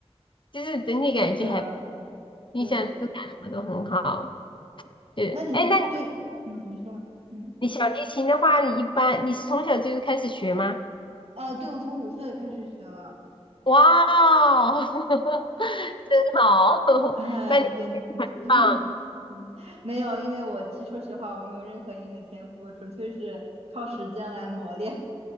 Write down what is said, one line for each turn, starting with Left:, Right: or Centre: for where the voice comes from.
Left: 就是整体感觉还
Right: 是的，
Left: 印象质感什么都很好。
Right: 对，
Left: 就是，
Right: 那你这，
Left: 哎，那你
Right: 嗯，你说。嗯。
Left: 你小提琴的话，你一般你是从小就是开始学吗？
Right: 呃，对，我从五岁开始学了，
Left: 哇哦，<laughs> 真好，<laughs>
Right: 呃，
Left: 那你
Right: 也，<laughs>
Left: 很棒。
Right: 嗯没有，因为我其实说实话，我没有任何音乐天赋，我纯粹是靠时间来磨练。